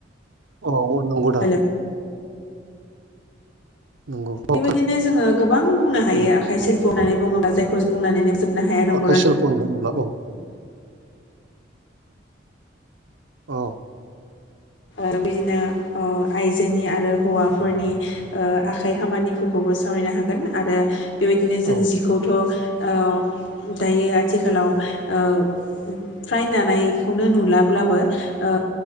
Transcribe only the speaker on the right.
औ औ नंगौ दा?
नंगौ औ
खोन
दे
आखाय सिप्ल होनदों नामा औ औ
औ